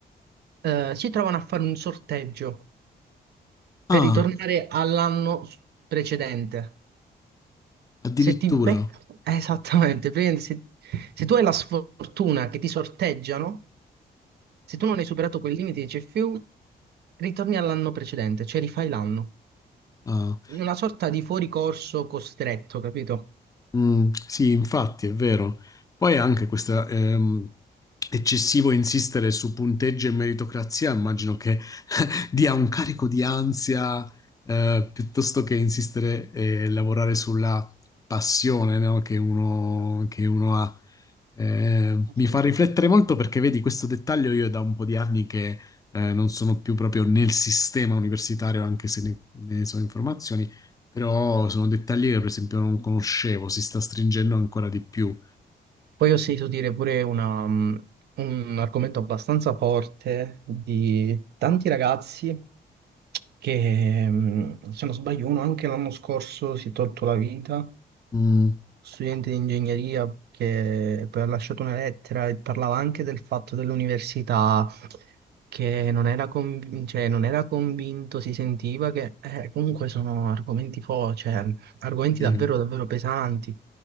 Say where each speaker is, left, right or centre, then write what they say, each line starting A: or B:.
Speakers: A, on the right (about 75°); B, on the left (about 20°).
A: eh, si trovano a fare un sorteggio. per
B: Ah,
A: ritornare all'anno s- precedente.
B: addirittura.
A: Se ti becca... eh, Esattamente, praticamente se, se tu hai la sfortuna che ti sorteggiano, se tu non hai superato quel limite di CFU, ritorni all'anno precedente, cioè rifai l'anno.
B: Ah.
A: In Una sorta di fuoricorso costretto, capito?
B: Mm, sì, infatti, è vero. Poi anche questo ehm, eccessivo insistere su punteggio e meritocrazia, immagino che dia un carico di ansia, eh, piuttosto che insistere e lavorare sulla passione, no, Che uno, che uno ha. Eh, mi
A: Sì.
B: fa riflettere molto perché vedi questo dettaglio io è da un po' di anni che eh, non sono più proprio nel sistema universitario, anche se ne, ne so informazioni, però sono dettagli che per esempio non conoscevo, si sta stringendo ancora di più.
A: Poi ho sentito dire pure una, mh, un argomento abbastanza forte di tanti ragazzi che, mh, se non sbaglio, uno anche l'anno scorso si è tolto la vita
B: Mm,
A: studente di ingegneria che poi ha lasciato una lettera e parlava anche del fatto dell'università che non era, conv- cioè, non era convinto, si sentiva che eh, comunque sono argomenti fo- cioè, argomenti
B: sì,
A: davvero davvero pesanti.